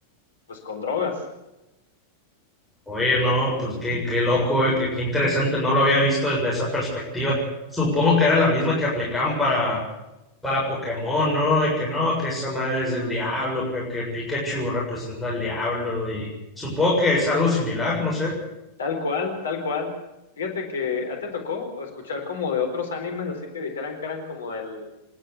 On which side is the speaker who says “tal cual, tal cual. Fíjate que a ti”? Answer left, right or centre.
Left